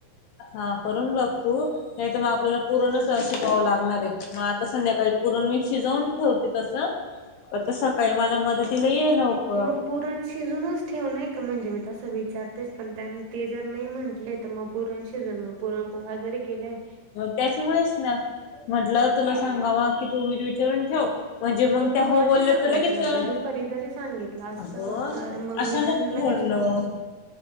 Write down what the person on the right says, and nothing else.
मग पुरण शिजूनच ठेवण का म्हणजे मी तसं विचारतेच पण त्यां ते जर नाही म्हंटले तर मग पुरण शिजलं पुरण पोळ्या जरी केलाय
तू
आधी
सांगायचं
ना
ग दुपारी जरी सांगितलं असत
तर मग
मी त्यांना
लगेच फोन केला